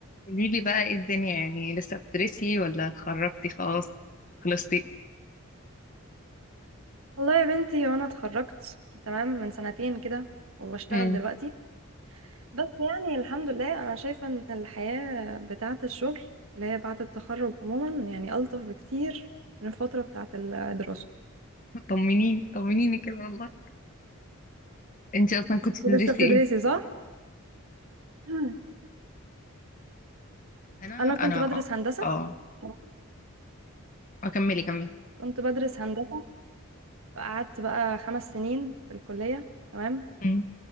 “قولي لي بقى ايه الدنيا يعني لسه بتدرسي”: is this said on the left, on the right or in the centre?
Left